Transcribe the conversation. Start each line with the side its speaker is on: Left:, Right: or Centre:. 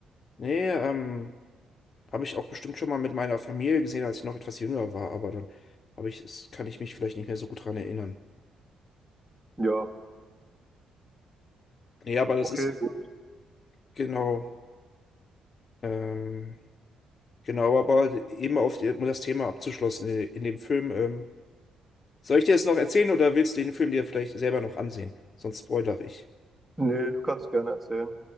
Left: Nee, ähm. Habe ich auch bestimmt schon mal mit meiner Familie gesehen, als ich noch etwas jünger war, aber dann habe ich es, kann ich mich vielleicht nicht mehr so gut dran erinnern.
Centre: Ja,
Left: Ja, aber das
Centre: okay,
Left: ist
Centre: gut.
Left: genau, ähm, genau, aber eben auf die, um das Thema abzuschlossen in, in dem Film. Ähm, soll ich dir das noch erzählen oder willst du den Film dir vielleicht selber noch ansehen? Sonst spoilere ich.
Centre: Nee, du kannst gerne erzählen.